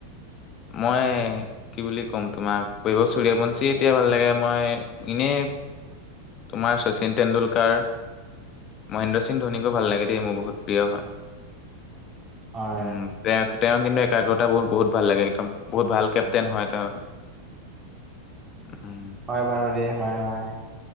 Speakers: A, on the left (about 35°); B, on the right (about 25°).
A: মই কি বুলি ক'ম তোমাক, বইভব চুৰিয়াবন্চি এতিয়া ভাল লাগে, মই ইনে তোমাৰ শচীন টেণ্ডুলকাৰ মহেন্দ্ৰ সিং ধোনীকো ভাল লাগে দেই, মোৰ বহুত প্ৰিয় হয়।
B: হয়!
A: উম, তেওঁ, তেওঁ কিন্তু, একাগ্ৰতাবোৰ বহুত ভাল লাগে একদম! বহুত ভাল কেপটেইন হয়, তেওঁ। উম!
B: হয় বাৰু <unintelligible> হয়, হয়।